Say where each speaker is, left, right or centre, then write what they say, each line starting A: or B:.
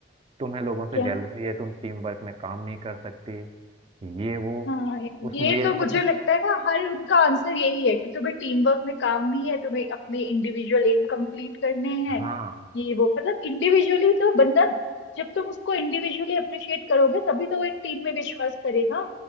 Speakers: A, on the right; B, on the left.
A: तुम्हें लोगों से
B: क्या
A: जेलसी है तुम टीम वर्क में काम नहीं कर सकते ये वो
B: हाँ ये
A: उस
B: ये
A: मेल
B: तो
A: के
B: मुझे
A: पता नहीं
B: लगता है ना हर उनका आंसर यही है कि तुम्हें टीम वर्क में काम भी है तुम्हें अपने इंडिविजुअल एम कंप्लीट करने हैं
A: हाँ
B: ये वो मतलब इंडिविजुअली तो बंदा जब तुम उसको इंडिविजुअली अप्रिशिएट करोगे तभी तो वो एक टीम में विश्वास करेगा